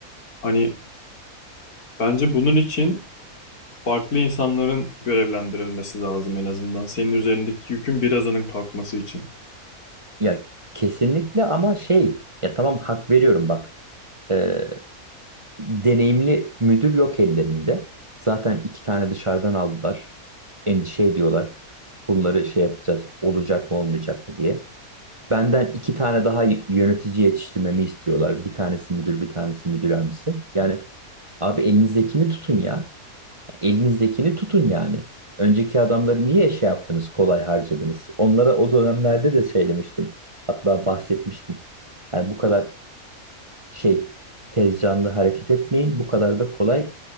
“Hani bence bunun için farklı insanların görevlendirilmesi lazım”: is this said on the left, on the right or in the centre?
Left